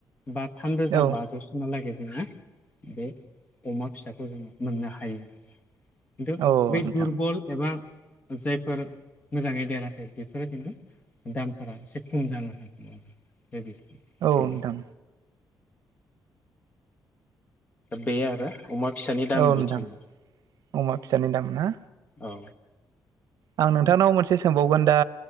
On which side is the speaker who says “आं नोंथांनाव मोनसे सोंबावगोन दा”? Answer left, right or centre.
Right